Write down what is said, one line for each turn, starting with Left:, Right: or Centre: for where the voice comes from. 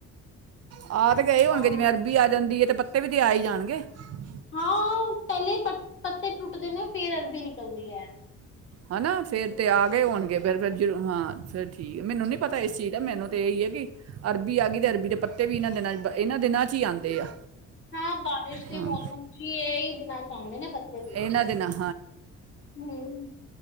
Right: ਆਹ ਤੇ
Left: ਅੱਛਾ
Right: ਗਏ ਹੋਣਗੇ। ਜਿਵੇਂ ਅਰਬੀ ਆ ਜਾਂਦੀ ਐਤੇ ਪ ਤੇ ਵੀ ਤੇ ਆ ਈ ਜਾਣਗੇ ਤੇ
Left: ਹਾਂ ਪਹਿਲੇ ਪੱ ਪੱਤੇ ਟੁਟਦੇ ਨੇ ਫੇਰ ਅਰਬੀ ਵੀ ਨਿਕਲਦੀ ਏ
Right: ਹਨਾ ਫੇਰ ਤੇ ਆ ਗਏ ਹੋਣਗੇ, ਫੇਰ ਬੇਰ ਜਦੋਂ ਹਾਂ। ਫਿਰ ਠੀਕ ਐ। ਮੈਨੂੰ ਨੀ ਪਤਾ ਇਸ ਚੀਜ਼ ਦਾ,
Left: ਹਮ
Right: ਮੈਨੂੰ ਤਾਂ ਇਹੀ ਹੈ ਵੀ ਅਰਬੀ ਆ ਗਈ ਅਤੇ ਅਰਬੀ ਦੇ ਪੱਤੇ ਵੀ ਇਹਨਾਂ ਦਿਨਾਂ ਬ ਇਹਨਾਂ ਦਿਨਾਂ ਚ ਈ ਆਂਦੇ ਆ।
Left: ਹਾਂ ਬਾਰਿਸ਼ ਦੇ
Right: ਹਾਂ
Left: ਮੌਸਮ ਚ ਹੀ, ਇਹਹੀ ਦਿਨਾਂ ਚਾਹੁੰਦੇ ਨੇ ਪੱਤੇ ਵੀ
Right: ਇਹਨਾਂ
Left: ਹੁਣ।
Right: ਦੇ ਨਾਲ
Left: ਹਂ।